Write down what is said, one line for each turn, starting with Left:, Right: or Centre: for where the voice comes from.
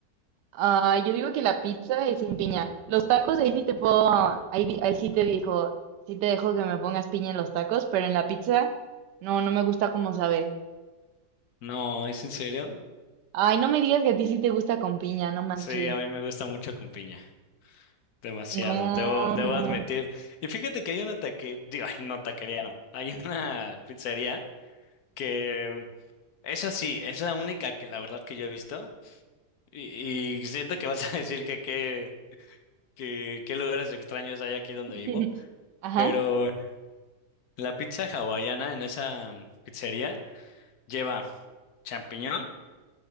Right: Ah, yo digo que la pizza es sin piña. Los tacos ahí sí te puedo, ahí, di- ahí sí te dijo, sí te dejo que me pongas piña en los tacos, pero en la pizza no, no me gusta como sabe.
Left: No, ¿es en serio?
Right: Ay, no me digas que a ti sí te gusta con piña, no manches.
Left: Sí, a mí me gusta mucho con piña. Demasiado,
Right: No,
Left: debo, debo
Right: no.
Left: admitir. Y fíjate que hay una taquería, digo, ay, no, taquería no. Hay una pizzería que, esa sí, es la única que la verdad que yo he visto Y, y siento que vas a <laughs> decir que qué que, qué lugares extraños hay aquí donde
Right: <laughs>
Left: vivo,
Right: Ajá.
Left: pero la pizza hawaiana en esa pizzería lleva champiñón,